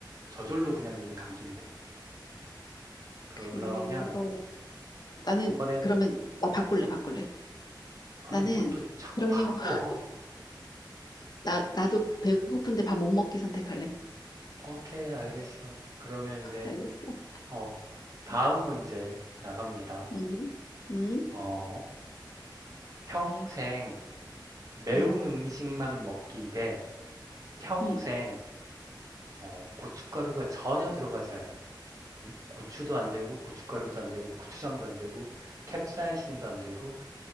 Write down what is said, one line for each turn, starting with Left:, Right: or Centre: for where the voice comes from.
Right: 저절로 그냥 눈이 감긴대. 그러면
Left: 그러, 나는,
Right: 이번엔
Left: 그러면, 나 바꿀래, 바꿀래.
Right: 아니
Left: 나는,
Right: 뭘 또 자꾸
Left: 그러면,
Right: 바꿔.
Left: <laughs>
Right: <laughs>
Left: 나, 나도 배고픈데 밥 못 먹기 선택할래.
Right: 오케이, 알겠어. 그러면 이제
Left: 알겠어.
Right: 어 다음 문제 나갑니다.
Left: 음, 음,
Right: 어 평생 매운
Left: 음,
Right: 음식만 먹기 대 평생
Left: 음.
Right: 어 고춧가루가 전혀 들어가지 않은 음? 고추도 안 되고 고춧가루도 안 되고 고추장도 안 되고 캡사이신도 안 되고